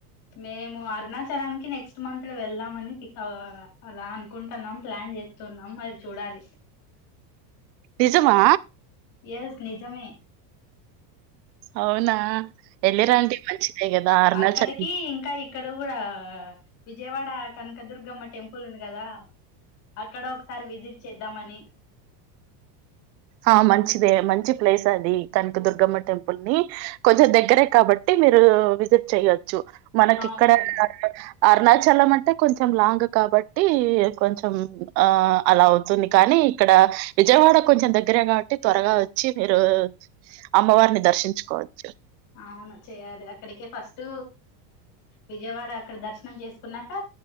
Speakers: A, on the left; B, on the right.
A: మేము అరుణాచలానికి నెక్స్ట్ మంత్ లో వెళ్దామని అలా అనుకుంటున్నాం ప్లాన్ చేస్తున్నాం అది చూడాలి
B: నిజమా
A: ఎస్ నిజమే
B: అవునా ఎళ్ళిరండి మంచిదే గదా! అరుణాచల్
A: అక్కడికి ఇంకా ఇక్కడ కూడా విజయవాడ కనకదుర్గమ్మ టెంపుల్ ఉంది కదా అక్కడ ఒకసారి విజిట్ చేద్దామని
B: ఆ మంచిదే మంచి ప్లేస్ అది కనుక దుర్గమ్మ టెంపుల్ ని కొంచెం దగ్గరే కాబట్టి మీరు విజిట్ చెయవచ్చు మనకి
A: అవునవును
B: ఇక్కడ అరుణాచలం అంటే కొంచెం లాంగ్ కాబట్టి కొంచెం ఆ అలా అవుతుంది కానీ ఇక్కడ విజయవాడ కొంచెం దగ్ దగ్గరే కాబట్టి త్వరగా వచ్చి మీరు అమ్మవారిని దర్శించుకోవచ్చు
A: అవును చేయాలి అక్కడికే ఫస్ట్ విజయవాడ అక్కడ దర్శనం చేసుకున్నాక